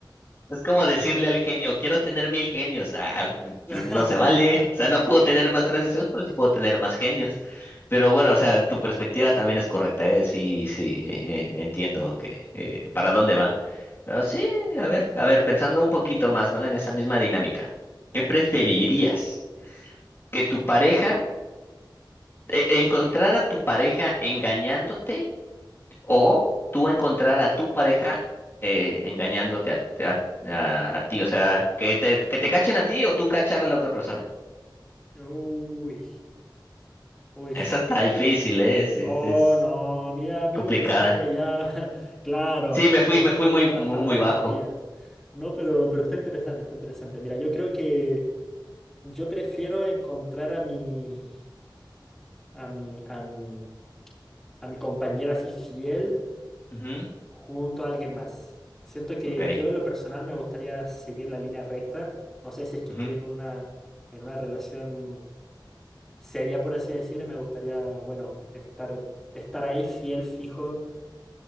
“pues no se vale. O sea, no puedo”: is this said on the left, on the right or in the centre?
Left